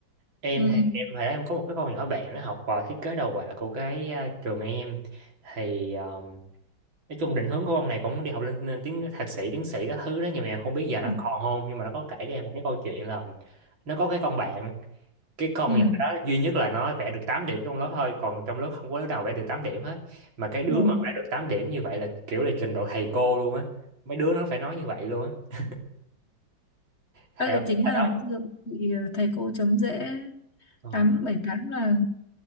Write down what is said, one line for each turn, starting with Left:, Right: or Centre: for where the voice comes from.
Right: em
Left: ừ.
Right: thì em hồi đó em có một cái con nhỏ bạn nó học vào thiết kế đồ họa của cái à, trường em thì ờ, nói chung định hướng của con này cũng đi học lên tiếng thạc sĩ tiến sĩ các thứ đó nhưng mà em không biết giờ nó
Left: Ừ.
Right: còn không nhưng mà nó có kể cho em một cái câu chuyện là nó có cái con bạn cái con
Left: Ừ.
Right: nhỏ đó duy nhất là nó vẽ được 8 điểm trong lớp thôi còn trong lớp không có đứa nào vẽ được 8 điểm hết mà cái đứa
Left: Ừ.
Right: mà vẽ được 8 điểm như vậy là kiểu là trình độ thầy cô luôn á mấy đứa nó phải nói như vậy luôn á thầy
Left: Đây
Right: không
Left: là chính
Right: thầy
Left: là
Right: đó
Left: ngày xưa bị thầy cô chấm dễ
Right: ờ,
Left: 8 7 8 là